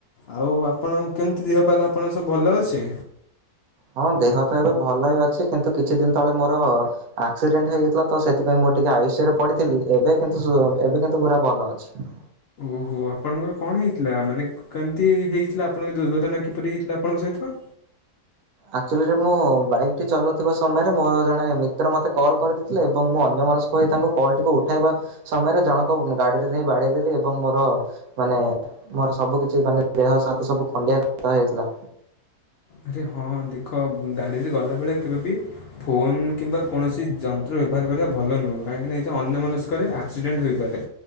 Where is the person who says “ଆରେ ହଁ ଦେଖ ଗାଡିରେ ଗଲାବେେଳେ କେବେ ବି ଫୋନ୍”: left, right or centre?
Left